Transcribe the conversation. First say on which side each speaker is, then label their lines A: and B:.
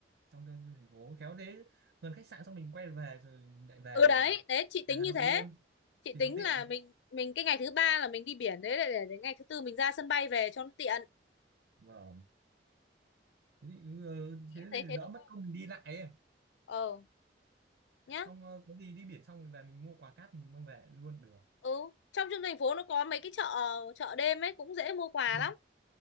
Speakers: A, on the right (about 65°); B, on the left (about 75°).
A: trong tương thành phố khéo thế gần khách sạn xong mình quay về rồi mình lại về
B: ừ đấy đấy chị tính
A: về Hà
B: như
A: Nội
B: thế
A: luôn
B: chị
A: thì
B: tính
A: nó tiện
B: là mình mình cái ngày thứ ba là mình đi biển đấy để, để đến ngày thứ tư mình ra sân bay về cho nó tiện
A: vâng thế thì, ừ, ừ,
B: Chị
A: thế
B: em thấy
A: thì
B: thế
A: đỡ
B: được
A: mất
B: không
A: công mình đi lại ấy.
B: ờ nhá
A: xong ờ, có gì đi biển xong rồi về mình mua quà cáp mình mang về luôn được
B: ừ trong trung thành phố nó có mấy cái chợ chợ đêm ấy cũng dễ mua quà
A: ừ.
B: lắm